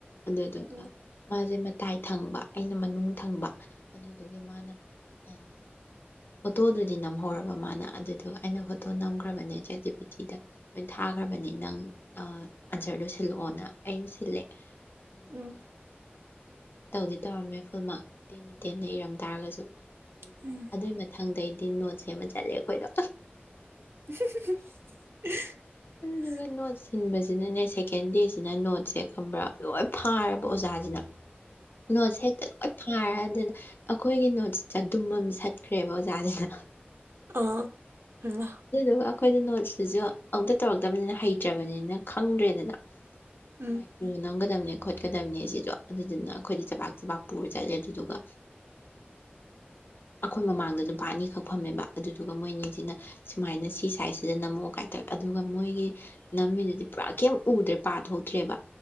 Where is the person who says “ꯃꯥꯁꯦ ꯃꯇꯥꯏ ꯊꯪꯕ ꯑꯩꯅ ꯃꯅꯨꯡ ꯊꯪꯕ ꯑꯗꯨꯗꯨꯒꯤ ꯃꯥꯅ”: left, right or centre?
Left